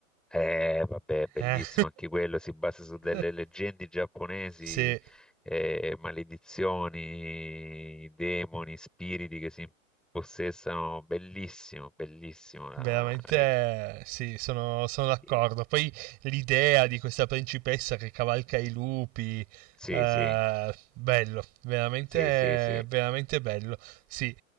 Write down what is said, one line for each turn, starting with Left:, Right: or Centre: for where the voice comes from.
Centre: Eh, vabbè, bellissimo
Right: Eh?
Centre: anche quello, si basa su delle
Right: <laughs>
Centre: leggende giapponesi,
Right: Sì,
Centre: eh, maledizioni, demoni, spiriti che si impossessano. Bellissimo, bellissimo. la-
Right: veramente
Centre: eh,
Right: sì, sono, sono d'accordo.
Centre: eh,
Right: Poi l'idea di questa principessa che cavalca i lupi,
Centre: sì,
Right: eh,
Centre: sì.
Right: bello, veramente,
Centre: Sì, sì, sì.
Right: veramente bello. Sì,